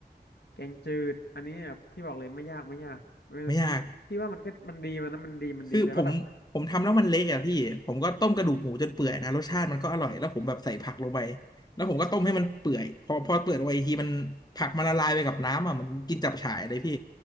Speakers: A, on the left (about 70°); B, on the left (about 20°).
A: แกงจืดอันนี้แบบที่บอกเลยไม่ยากไม่ยากเมนูที่พี่ว่ามันก็มันดีมันนะมันดีมันดีแต่ว่าแบบ
B: ไม่ยากคือผมผมทำแล้วมันเละอ่ะพี่ผมก็ต้มกระดูกหมูจนเปื่อยนะรสชาติมันก็อร่อยแล้วผมแบบใส่ผักลงไปแล้วผมก็ต้มให้มันเปื่อยพอพอเปื่อยลงไปอีกทีมันผักมันละลายไปกับน้ำอ่ะเหมันกินจับฉ่ายเลยพี่